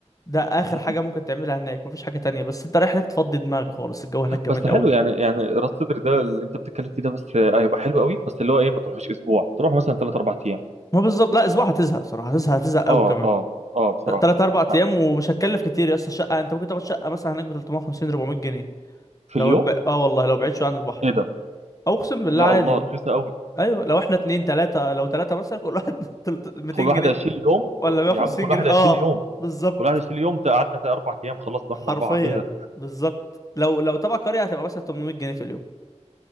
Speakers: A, on the left (about 30°); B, on the right (about 65°).
A: ده اخر
B: مم.
A: حاجة ممكن تعملها هناك مفيش حاجة تانية بس انت رايح هناك تفضي دماغك خالص الجو هناك جامد
B: بس حلو
A: قوي
B: يعني يعني راس سدر ده اللي انت بتتكلم فيه ده بس آه، هيبقى حلو قوي بس اللي هو ايه ما تروحوش اسبوع تروح مثلا ثلاث اربع ايام
A: ما بالظبط لا اسبوع هتزهق صراحة هتزهق هتزهق قوي
B: اه
A: كمان
B: اه اه بصراحه
A: ت- تلات اربع
B: آه،
A: ايام ومش هتكلف كتير يا اسطى شقة انت ممكن تاخد شقة مثلا هناك ب 350 400 جنيه
B: في
A: لو
B: اليوم
A: ب... اه والله لو بعيد شوية عن البحر
B: ايه ده
A: او اقسم بالله
B: يا
A: عادي
B: الله رخيصه قوي
A: ايوه لو احنا اتنين تلاتة لو تلاتة مثلا كل واحد <laughs> 200
B: كل واحد
A: جنيه
B: هيشيل يوم
A: ولا 150
B: يا عم كل
A: جنيه
B: واحد هيشيل
A: اه
B: يوم
A: بالظبط
B: كل واحد هيشيل يوم قعدنا اربع ايام خلاص لو
A: حرفيا
B: احنا اربعه ايه ده
A: بالظبط لو لو تبع قرية هتبقى مثلا 800 جنيه في اليوم